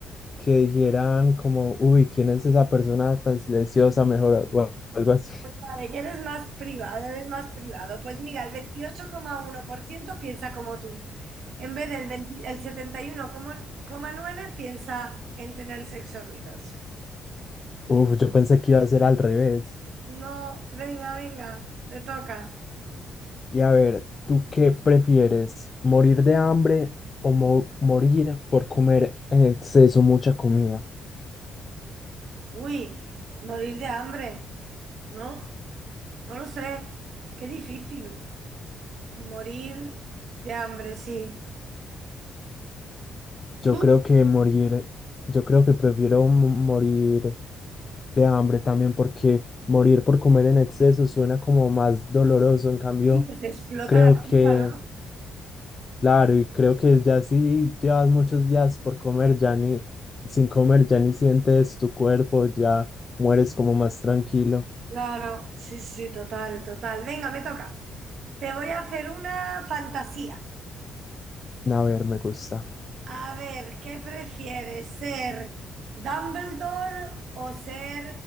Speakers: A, on the left; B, on the right.
A: que dijeran como, uy, ¿quién es esa persona tan silenciosa? Mejor o a- algo así. <laughs>
B: vale, que eres más privado, eres más privado. Pues mira, el veintiocho coma uno por ciento piensa como tú. En vez del 20 el 71,9% piensa en tener sexo ruidoso.
A: Uf, yo pensé que iba a ser al revés.
B: No, venga, venga, te toca.
A: Y a ver, ¿tú qué prefieres? ¿Morir de hambre o mo- morir por comer en exceso mucha comida?
B: Uy, morir de hambre, ¿no? No lo sé. Qué difícil. Morir de hambre, sí.
A: Yo
B: Tú
A: creo que morir, yo creo que prefiero mo- morir de hambre también porque morir por comer en exceso suena como más doloroso. En cambio,
B: sí que te explota
A: creo
B: la
A: que,
B: pipa, ¿no?
A: claro, y creo que ya si llevas muchos días por comer, ya ni sin comer, ya ni sientes tu cuerpo, ya mueres como más tranquilo.
B: Claro, sí, sí, total, total. Venga, me toca. Te voy a hacer una fantasía.
A: A ver, me gusta.
B: A ver, ¿qué prefieres, ser Dumbledore o ser